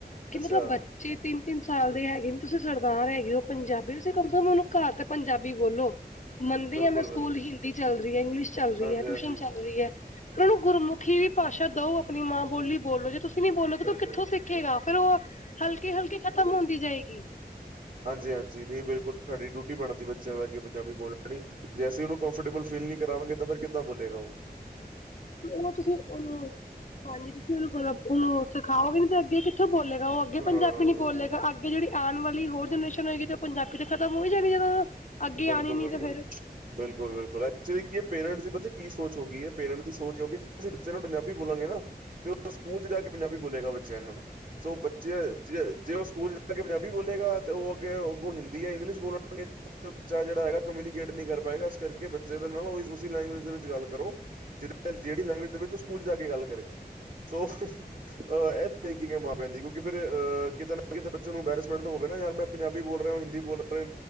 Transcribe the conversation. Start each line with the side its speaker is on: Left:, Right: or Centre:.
Left: ਕਿ
Right: ਅੱਛਾ
Left: ਮਤਲਬ ਬੱਚੇ ਛੇ ਤਿੰਨ-ਤਿੰਨ ਸਾਲ ਦੇ ਹੈਗੇ ਨੇ ਤੁਸੀਂ ਸਰਦਾਰ ਹੈਗੇ ਓ ਪੰਜਾਬੀ ਤੁਸੀਂ ਕਮ ਸੇ ਕਮ ਓਨੂੰ ਘਰ ਤੇ ਪੰਜਾਬੀ ਬੋਲੋ। ਮੰਨਦੀ
Right: ਬਿਲਕੁਲ
Left: ਆਂ ਮੈਂ ਸਕੂਲ
Right: ਬਿਲਕੁਲ
Left: ਹਿੰਦੀ ਚੱਲ ਰੀ ਐ, ਇੰਗਲਿਸ਼ ਚੱਲ ਰੀ
Right: ਹਾਂਜੀ
Left: ਐ, ਟਿਊਸ਼ਨ
Right: ਹਾਂਜੀ
Left: ਚੱਲ ਰੀ ਐ। ਓਨਾਂ ਨੂੰ ਗੁਰਮੁਖੀ ਵੀ ਭਾਸ਼ਾ ਦਓ ਆਪਣੀ ਮਾਂ ਬੋਲੀ ਬੋਲੋ ਜੀ। ਤੁਸੀਂ ਨੀ ਬੋਲੋਗੇ
Right: ਬਿਲਕੁਲ
Left: ਤਾਂ ਓ ਕਿੱਥੋਂ ਸਿੱਖੇਗਾ ਫੇਰ ਓ ਹਲਕੀ-ਹਲਕੀ ਖ਼ਤਮ ਹੁੰਦੀ ਜਾਏਗੀ।
Right: ਹਾਂਜੀ ਹਾਂਜੀ-ਹਾਂਜੀ ਨਈ ਬਿਲਕੁਲ ਸਾਡੀ ਡਿਊਟੀ ਬਣਦੀ ਤ ਬੱਚਿਆਂ ਦਾ ਪੰਜਾਬੀ ਬੋਲਨੀ, ਜੇ ਅਸੀਂ ਓਨੂੰ ਕੌਂਫਰਟੇਬਲ ਫੀਲ ਨਈ ਕਰਵਾਂਗੇ। ਫੇਰ ਕਿੱਦਾਂ ਬੋਲੇਗਾ ਓ।
Left: ਓ ਤੁਸੀਂ ਓਨੂੰ, ਹਾਂਜੀ ਤੁਸੀਂ ਓਨੂੰ ਗਲ ਓਨੂੰ ਸਿਖਾਓਗੇ ਨੀ ਤੇ ਅੱਗੇ ਕਿੱਥੋਂ ਬੋਲੇਗਾ। ਓ ਅੱਗੇ
Right: ਹਾਂ
Left: ਪੰਜਾਬੀ ਨੀ ਬੋਲੇਗਾ ਅੱਗੇ ਜੇੜੀ ਆਣ ਵਾਲੀ ਹੋਰ ਜਨਰੇਸ਼ਨ ਹੋਏਗੀ ਤੇ ਪੰਜਾਬੀ ਤੇ ਖ਼ਤਮ ਹੋਈ ਜਾਣੀ ਜਦੋਂ ਅੱਗੇ
Right: ਬਿਲਕੁਲ-ਬਿਲਕੁਲ,
Left: ਆਣੀ ਨੀ ਤੇ ਫੇਰ।
Right: ਬਿਲਕੁਲ-ਬਿਲਕੁਲ, ਐਕਚੁਲੀ ਕੀ ਐ ਪੇਰੈਂਟਸ ਦੀ ਪਤਾ ਕੀ ਸੋਚ ਹੋ ਗਈ ਐ ਪੇਰੈਂਟਸ ਦੀ ਸੋਚ ਹੋ ਗਈ। ਅਸੀਂ ਬੱਚੇ ਨੂੰ ਪੰਜਾਬੀ ਬੋਲਾਂਗੇ ਨਾ ਤੇ ਓ ਸਕੂਲ ਚ ਜਾ ਕੇ ਪੰਜਾਬੀ ਬੋਲੇਗਾ ਬੱਚਿਆਂ ਨਾਲ। ਸੋ ਬੱਚੇ ਜੇ ਜੇ ਓਸ ਸਕੂਲ ਜਾ ਕੇ ਪੰਜਾਬੀ ਬੋਲੇਗਾ, ਅਤੇ ਓ ਅੱਗੇ ਓ ਹਿੰਦੀ ਜਾਂ ਇੰਗਲਿਸ਼ ਬੋਲਨਗੇ। ਬੱਚਾ ਜੇੜਾ ਹੈਗਾ ਕਮਿਊਨੀਕੇਟ ਨਈ ਕਰ ਪਾਏਗਾ, ਇਸ ਕਰਕੇ ਬੱਚੇ ਦੇ ਨਾਲ ਓਸ ਲੈਂਗੁਏਜ ਦੇ ਵਿੱਚ ਗੱਲ ਕਰੋ। ਜੇ ਜੇੜੀ ਲੈਂਗੁਵੇਜ ਦੇ ਵਿੱਚ ਸਕੂਲ ਜਾ ਕੇ ਗੱਲ ਕਰੇ, ਸੋ ਅ ਏ ਥਿੰਕਿੰਗ ਐ ਮਾਂ ਪਿਓ ਦੀ ਕਿਉਂ ਫੇਰ ਅ ਕਿਤੇ ਨਾ ਕਿਤੇ ਬੱਚੇ ਨੂੰ ਅੰਬੈਰਸਮੈਂਟ ਨੂੰ ਹੋਵੇ ਨਾ ਯਾਰ ਮੈਂ ਪੰਜਾਬੀ ਬੋਲ ਰਿਆ ਹਿੰਦੀ ਬੋਲ ਰਿਆ।